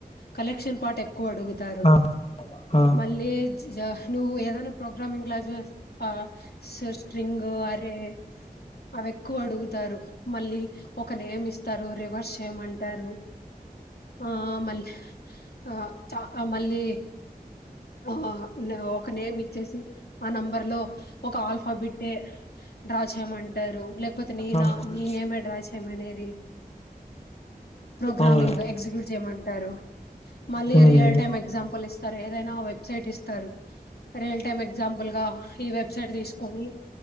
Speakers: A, on the left; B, on the left.
A: కలెక్షన్ పాట్ ఎక్ కో అడుగుతారు,
B: ఆ ఆ
A: మళ్ళి జా నువ్వు ఏదన్న ప్రోగ్రామింగ్ క్లాసెస్ స్ స్ట్రింగ్, ఆ లే అవి ఎక్కువ అడుగుతారు. మళ్ళీ ఒక నేమ్ ఇస్తారు, రివర్స్ చేయమంటారు. ఆ మల్ ఆ చా మళ్ళీ, ఆ ఒక నేమ్ ఇచ్చేసి ఆ నెంబర్ లో ఒక ఆల్ఫాబెట్ డ్రా చేయమంటారు, లేక్ పోతే నీనా
B: ఆ
A: నీ నేమే డ్రా చేయమనేది ప్రోగ్రామింగ్
B: అవును
A: ఎగ్జిక్యూట్ చేయమంటారు, మళ్ళీ
B: మ్మ్
A: రియల్ టైమ్ ఎగ్జాంపుల్ ఇస్తారు. ఏదైనా వెబ్సైట్ ఇస్తారు, రియల్ టైమ్ ఎగ్జాంపుల్ గా ఈ వెబ్సైట్ తీసుకొని